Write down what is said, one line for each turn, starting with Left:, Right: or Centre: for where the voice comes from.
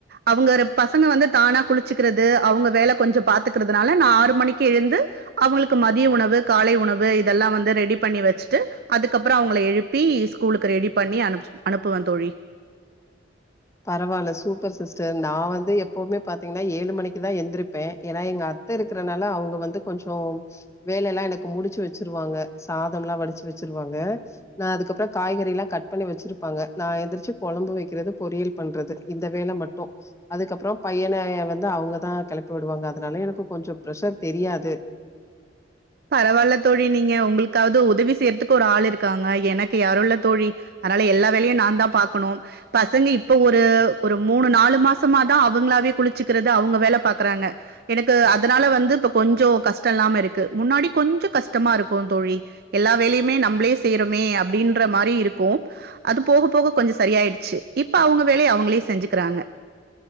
Right: அவங்கரு பசங்க வந்து தானா குளிச்சிக்கிறது அவங்க வேல கொஞ்ச பாத்துக்கிறதுனால நா ஆறு மணிக்கு எழுந்து அவங்களுக்கு மதிய உணவு காலை உணவு இதெல்லா வந்து ரெடி பண்ணி வெச்சிட்டு அதுக்கப்றோ அவங்கள எழுப்பி ஸ்கூலுக்கு ரெடி பண்ணி அனு அனுப்புவ தோழி
Left: பரவாயில்ல சூப்பர் சிஸ்டர் நா வந்து எப்போவுமே பாத்தீங்கன்னா ஏழு மணிக்குதா எந்திருப்ப ஏன்னா எங்க அத் த்த இருக்கறனால அவங்க வந்து கொஞ்சோ வேல எல்லா எனக்கு முடிச்சி வெச்சிருவாங்க சாதம் எல்லா வடிச்சி வெச்சிருவாங்க நா அதுக்கப்றோ காய்கறி எல்லா கட் பண்ணி வெச்சிருப்பாங்க நா எந்திரச்சி கொழம்பு வைக்கிறது பொரியல் பண்றது இந்த வேல மட்டு அதுக்கப்புறோ பையன வந்து அவங்கதா கெளப்பி விடுவாங்க அதனால எனக்கு கொஞ்சோ பிரெஷர் தெரியாது
Right: பரவாயில்ல தோழி நீங்க உங்களுக்காவது உதவி செய்யறதுக்கு ஒரு ஆள் இருக்காங்க எனக்கு யாருல்ல தோழி அதனால எல்லா வேலையு நா தா பாக்கணு பசங்க இப்ப ஒரு ஒரு மூணு நாலு மாசமாதா அவங்களாவே குளிச்சுக்கிறது அவங்க வேல பாக்குறாங்க எனக்கு அதனால வந்து இப்ப கொஞ்சோ கஷ்ட இல்லாம இருக்கு முன்னாடி கொஞ்சோ கஷ்டமா இருக்கு தோழி எல்லா வேலையுமே நம்மளே செய்றோமே அப்டின்ற மாரி இருக்கு அது போக போக கொஞ்சோ சரியாயிடுச்சு இப்ப அவங்க வேலைய அவங்களே செஞ்சுக்கிறாங்க